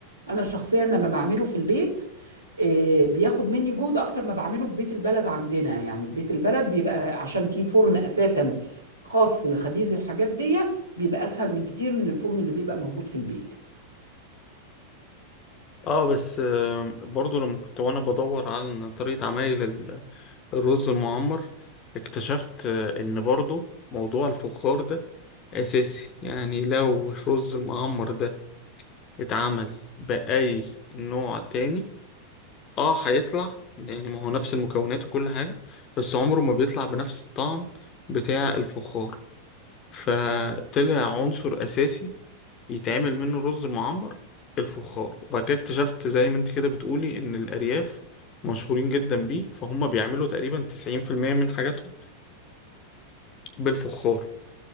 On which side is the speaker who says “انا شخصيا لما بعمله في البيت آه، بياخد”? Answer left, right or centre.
Right